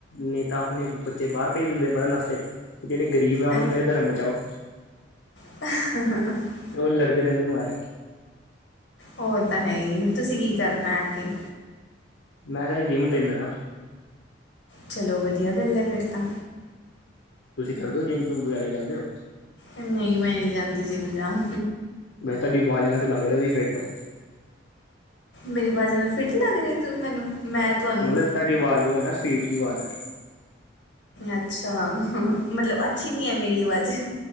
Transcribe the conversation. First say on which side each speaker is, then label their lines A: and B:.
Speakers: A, on the left; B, on the left.
A: ਨੀ ਤਾਂ ਆਪਣੇ ਬੱਚੇ ਬਾਹਰ ਭੇਜ ਦਿੰਦੇ ਪੜ੍ਹਨ ਵਾਸਤੇ। ਤੇ ਜਿਹੜੇ ਗਰੀਬ ਆ ਉਹਨਾਂ
B: ਹੈਂ,
A: ਨੂੰ ਕਹਿੰਦੇ ਧਰਮ ਬਚਾਓ।
B: <inaudible>
A: ਉਹ ਲੜਦੇ ਰਹਿੰਦੇ ਮਾਏ।
B: ਉਹ ਤਾਂ ਹੈ ਇ। ਨੀ ਤੁਸੀਂ ਕੀ ਕਰਨਾ ਅੱਗੇ?
A: ਮੈਂ ਤਾਂ ਜਿੰਮ ਟ੍ਰੇਨਰ ਹਾਂ।
B: ਚਲੋ ਵਧੀਆ ਗੱਲ ਏ ਫਿਰ ਤਾਂ
A: ਤੁਸੀਂ ਕਰ ਦੇਓ ਜਿੰਮ ਜੂਮ ਵਗੈਰਾ ਜਾਂਦੇ ਹੋ
B: ਨਹ ਮੈਂ ਨੀ ਜਾਂਦੀ ਜਿਮ ਜਾਓ
A: ਮੈਂ ਕਿਹਾ ਤੁਹਾਡੀ ਆਵਾਜ਼ ਨਾਲ‌ ਤਾਂ ਲੱਗ ਰਿਹਾ ਕਿ ਫਿਰਟ ਓ
B: ਮੇਰੀ ਆਵਾਜਨਾਲ ਫਿੱਟ ਲੱਗ ਰਹੀ ਤੂੰ ਮੈਨੂੰ। ਮੈਂ
A: ਹਾਂ
B: ਤੁਹਾਨੂੰ
A: ਮਤਲਬ ਤੁਹਾਡੀ ਆਵਾਜ਼ ਉਹ ਏ ਨਾ ਸਵੀਟ ਜਹੀ ਆਵਾਜ਼ ਏ
B: ਅੱਛਾ, ਮਤਲਬ ਅੱਛੀ ਨੀ ਐ ਮੇਰੀ ਆਵਾਜ਼।